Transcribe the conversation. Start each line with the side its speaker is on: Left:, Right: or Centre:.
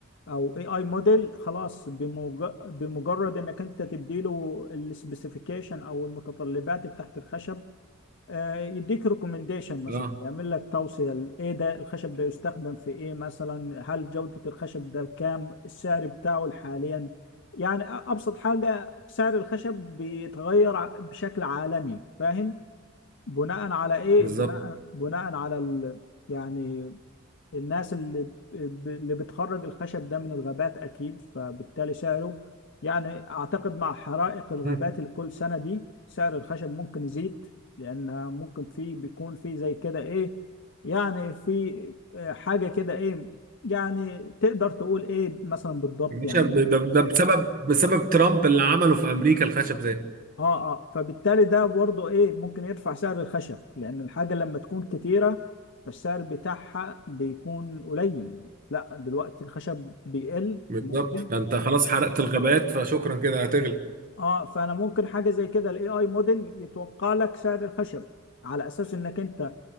Left: او اي اي موديل خلاص بمج- بمجرد انك انت تدي له السبيسيفيكيشن او المتطلبات بتاعت الخشب آه، يديك ريكومنديشن مثلا
Right: اه
Left: يعمل لك توصية ل- ايه ده الخشب ده يستخدم في ايه مثلا هل جودة الخشب ده بكام السعر بتاعه حاليا يعني أ- ابسط حاجة سعر الخشب بيتغير ع- بشكل عالمي فاهم بناء على ايه
Right: بالظبط
Left: بناء بناء على ال... يعني الناس اللي اللي بتخرج الخشب ده من الغابات أكيد فبالتالي سعره يعني أعتقد مع حرائق الغابات
Right: مم.
Left: اللي كل سنة دي سعر الخشب ممكن يزيد لأن ممكن في بيكون في زي كده إيه يعني في آه، حاجة كده إيه يعني تقدر تقول إيه مثلا بالضبط
Right: يا باشا
Left: يعني
Right: ب- ده ده بسبب بسبب ترامب اللي عمله في امريكا الخشب ده
Left: اه اه فبالتالي ده برضه ايه ممكن يرفع سعر الخشب لان الحاجه لما تكون كتيره فالسعر بتاعها بيكون قليل لا دلوقتي الخشب بيقل
Right: بالظبط
Left: ممكن
Right: فانت خلاص حرقت الغابات فشكرا كده هتغلب
Left: اه فانا ممكن حاجه زي كده الاي اي موديل يتوقع لك سعر الخشب على اساس انك انت